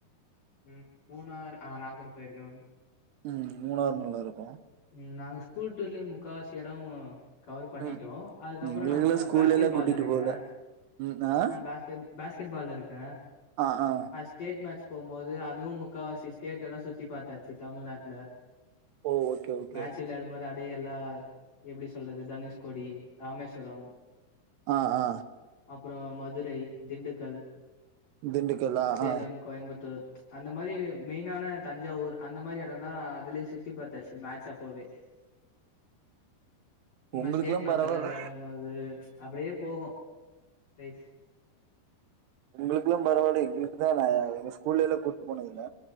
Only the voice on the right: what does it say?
ம் மூணார் நவ்லாருக்கு
ம்
எங்களுக்கெல்லா
ஸ்கூல்லல்லா
கூட்டிட்டு போல ம் ஆ
ஆ ஆ
ஓ ஓகே ஓகே
ஆ ஆ
திண்டுக்கல்லா
ஆ
உங்களுக்கெல்லா
பரவால்ல
உங்களுக்குல்லா பரவால்ல எங்களுக்குதா நா எங்க ஸ்கூல்லல்லா கூட்டு போனதில்ல